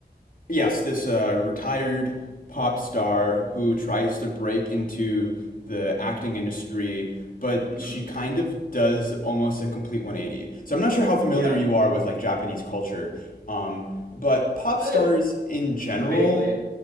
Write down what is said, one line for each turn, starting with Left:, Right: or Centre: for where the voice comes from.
Left: Yes, this uh, retired pop star who tries to break into the acting industry, but
Right: Mm-hmm.
Left: she kind of does almost a complete 180. So I'm not sure how familiar
Right: Yeah,
Left: you are with like Japanese culture, um, but pop
Right: Eh,
Left: stars in general
Right: vaguely.